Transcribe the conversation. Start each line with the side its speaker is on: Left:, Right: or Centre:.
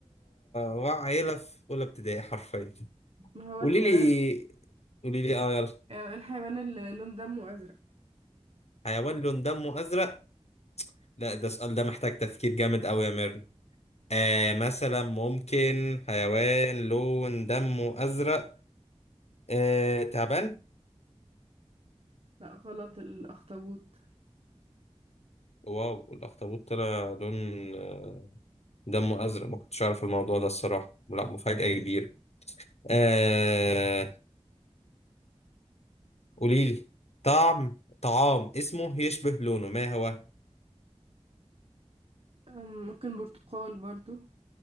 Left: وعيلة في أولى ابتدائي حرفيا
Right: ما هو
Left: قولي
Right: الحيوان
Left: لي قولي لي
Right: الح...
Left: اه يلا
Right: آه، الحيوان اللي لون دمه أزرق
Left: حيوان لون دمه أزرق لا ده السؤال ده محتاج تفكير جامد قوي يا ميرن آه مثلا ممكن حيوان لون دمه أزرق آه تعبان
Right: لا غلط الأخطبوط
Left: واو الأخطبوط طلع لون آه، دمه أزرق ما كنتش أعرف الموضوع ده الصراحة لا مفاجأة كبيرة آه قوليلي طعم طعام اسمه يشبه لونه ما هو
Right: أم، ممكن برتقال برضو